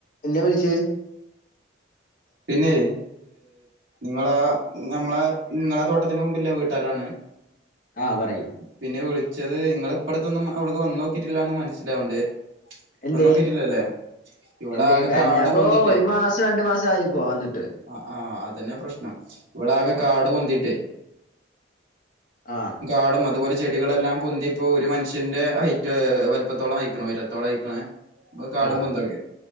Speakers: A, on the left; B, on the right.
A: എന്താ വിളിച്ചേ
B: പിന്നെ നിങ്ങളാ നമ്മളെ നിങ്ങളെ തോട്ടത്തിന്റെ മുമ്പിലുള്ള വീട്ടാരാണ്
A: ആഹ് പറയൂ
B: പിന്നെ വിളി ച്ചത് നിങ്ങ ഇപ്പടത്തൊന്നും അവിടെക്ക് വന്ന് നോക്കിയിട്ടില്ലന്ന് മനസ്സിലാവണ്ട്
A: എന്തേ
B: വന്ന് നോക്കിട്ടില്ലല്ലേ ഇവിടെ
A: എന്തേ
B: ആകെ
A: കാരണം
B: കാട്
A: അപ്പൊ
B: പൊന്തിട്ട്
A: ഒരു മാസം രണ്ടു മാസം ആയിപ്പോ വന്നിട്ട്
B: ആ ആ അതന്നെ പ്രശ്നം ഇവിടെ ആകെ കാട് പൊന്തിട്ട് <inaudible>
A: ആ
B: കാടും അതുപോലെ ചെടികളെല്ലാം പൊന്തി ഇപ്പോ ഒരു മനുഷ്യന്റെ ഹൈറ്റ് വല്പത്തോളം അയക്കണ ഉരത്തോളം അയ്ക്ക്ന് കാടും
A: ആഹ്
B: മ്പോന്തൊക്കെ